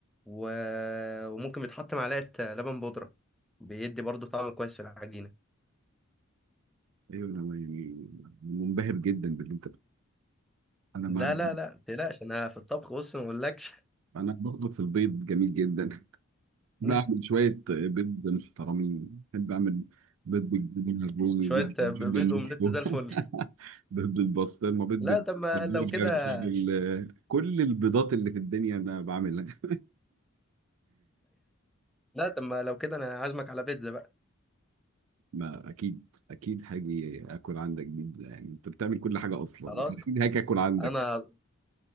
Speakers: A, in the centre; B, on the right (about 75°).
A: و... وممكن بيتحط معلقه لبن بودره بيدي برضو طعم كويس في العجينه
B: ايوه انا يعني منبهر جدا باللي انت انا
A: لا
B: ما
A: لا لا متقلقش انا في الطبخ بص ما اقولكش
B: انا برضه في البيض جميل جدا <laughs> بعمل
A: <laughs>
B: شويه بيض محترمين بحب اعمل بيض بالجبنه الرومي
A: شويه
B: بيض بالجبنه
A: بيض
B: النستور
A: اومليت زي الفل
B: <laughs> بيض بالبسطرمه بيض بال-
A: لا طب ما
B: بالبرجر
A: لو كده
B: بيض بال- كل البيضات اللي في الدنيا انا بعملها
A: لا طب ما لو كده انا عازمك على بيتزا بقى
B: ما اكيد اكيد هاجي اكل عندك جدا يعني انت بتعمل كل حاجه اصلا
A: خلاص
B: اكيد هاجي اكل عندك
A: انا